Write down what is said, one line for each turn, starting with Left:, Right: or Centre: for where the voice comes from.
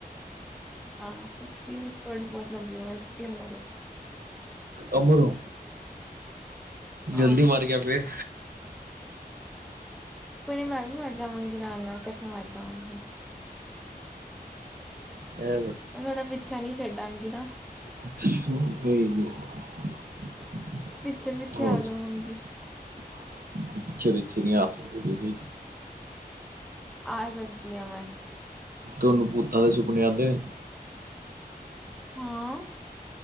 Centre: ਹਾਂ ਤੁਸੀਂ ਤੁਹਾਡੀ ਬਹੁਤ ਲੰਬੀ ਉਮਰ ਤੁਸੀਂ <unintelligible>
Right: ਅਮਰੋਂ
Centre: ਹਾਂ।
Right: ਜਲਦੀ ਮਰ ਗਿਆ ਫੇਰ
Centre: ਕੋਈ ਨੀ ਮੈਂ ਵੀ ਮਰ ਜ਼ਾਵਾਂਗੀ ਨਾਲ ਨਾਲ ਇਕੱਠੇ ਮਰਜ ਜਾਵਾਂਗੇ
Right: ਐ
Centre: ਮੈਂ ਤੁਹਾਡਾ ਪਿੱਛਾ ਨਹੀ ਛੱਡਾਂਗੀ ਕਿਹੜਾ <unintelligible>
Right: ਹਮ ਹੋਈ
Centre: ਪਿੱਛੇ
Right: ਹ
Centre: ਪਿੱਛੇ ਆ ਜਾਵਾਂਗੀ
Right: ਪਿੱਛੇ ਪਿੱਛੇ ਨਹੀਂ ਆ ਸਕਦੇ ਤੁਸੀਂ
Centre: ਆ ਸਕਦੀ ਹਾਂ ਮੈਂ
Right: ਤੁਹਾਨੁ ਭੂਤਾਂ ਦੇ ਸੁਪਣੇ ਆਉਂਦੇ ਨੇ
Centre: ਹਾਂ